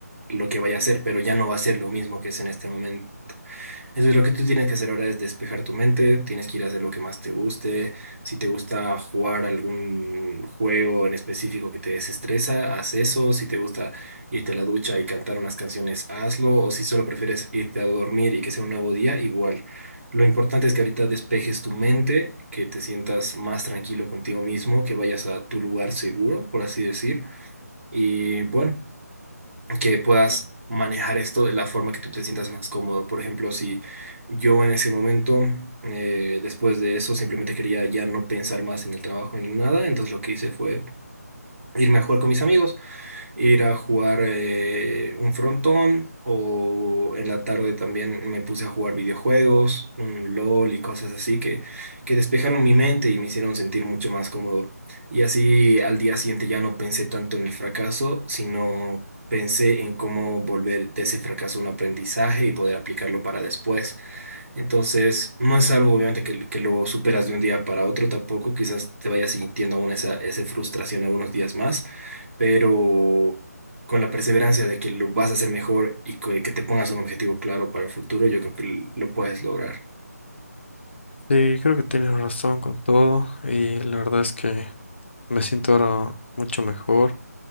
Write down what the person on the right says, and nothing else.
lo que vaya a ser, pero ya no va a ser lo mismo que es en este momento. Entonces lo que tú tienes que hacer ahora es despejar tu mente, tienes que ir a hacer lo que más te guste, si te gusta jugar algún juego en específico que te desestresa, haz eso, si te gusta irte a la ducha y cantar unas canciones, hazlo, o si solo prefieres irte a dormir y que sea un nuevo día, igual. Lo importante es que ahorita despejes tu mente, que te sientas más tranquilo contigo mismo, que vayas a tu lugar seguro, por así decir. Y bueno que puedas manejar esto de la forma que tú te sientas más cómodo. Por ejemplo, si yo en ese momento, eh, después de eso, simplemente quería ya no pensar más en el trabajo ni nada, entonces lo que hice fue irme a jugar con mis amigos ir a jugar eh, un frontón o en la tarde también me puse a jugar videojuegos, un LOL y cosas así que, que despejaron mi mente y me hicieron sentir mucho más cómodo. Y así al día siguiente ya no pensé tanto en el fracaso, sino pensé en cómo volver de ese fracaso un aprendizaje y poder aplicarlo para después. Entonces, no es algo obviamente que, que lo superas de un día para otro tampoco, quizás te vayas sintiendo aún esa, esa frustración algunos días más, pero con la perseverancia de que lo vas a hacer mejor y que, que te pongas un objetivo claro para el futuro, yo creo que lo puedes lograr.